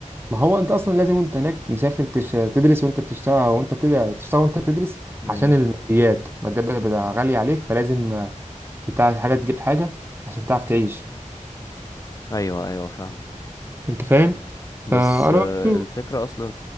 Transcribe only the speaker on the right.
ما هو أنت أصلا لازم وأنت هناك مسافر تش- تدرس وأنت بتشتغل وأنت بتد- تشتغل وأنت بتدرس
عشان الماديات الماديات بتبقى غالية عليك فلازم آه، تتع- حاجة تجيب حاجة عشان تعرف تعيش
انت فاهم
فانا
بشوف